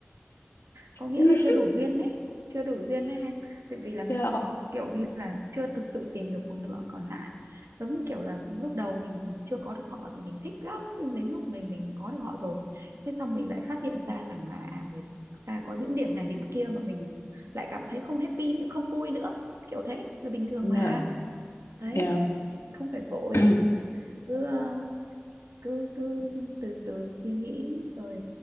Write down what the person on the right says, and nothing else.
có nghĩa
là chưa đủ duyên đấy chưa đủ duyên đấy em tại vì là mình
kiểu như là chưa thực sự tìm được một nửa còn lại giống như kiểu là lúc đầu mình chưa có được họ thì mình thích lắm nhưng đến lúc mình mình có được họ rồi thế xong mình lại phát hiện ra rằng là à, người ta có những điểm này điểm kia mà mình lại cảm thấy không happy nữa không vui nữa kiểu thế là bình thường
mà đấy
không phải vội
cứ ờ, cứ cứ từ từ suy nghĩ rồi